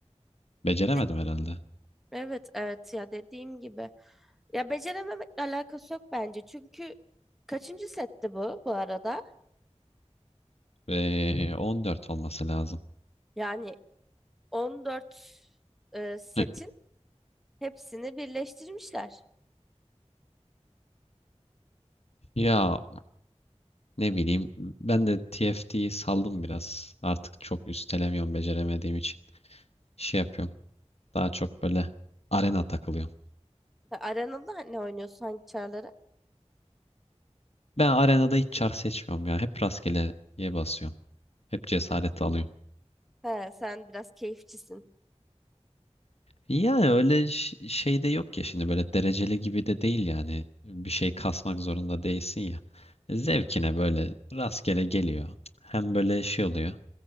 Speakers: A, on the left; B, in the centre.
A: Beceremedim
B: De-
A: herhalde.
B: Evet evet ya dediğim gibi. Ya becerememekle alakası yok bence. Çünkü kaçıncı setti bu bu arada?
A: Ve 14 olması lazım.
B: Yani 14 e, setin
A: Hı,
B: hepsini birleştirmişler.
A: Ya ne bileyim ben de TFT'yi saldım biraz. Artık çok üstelemiyorum beceremediğim için. Şey yapıyorum. Daha çok böyle arena takılıyorum.
B: Ha, Arenada ne oynuyorsun hangi çarları?
A: Ben arenada hiç çar seçmiyorum ya. Hep rastgeleye basıyorum. Hep cesaret alıyorum.
B: He, sen biraz keyifçisin.
A: Yani öyle ş- şey de yok ya şimdi böyle dereceli gibi de değil yani. Bir şey kasmak zorunda değilsin ya. Zevkine böyle rastgele geliyor. Hem böyle şey oluyor.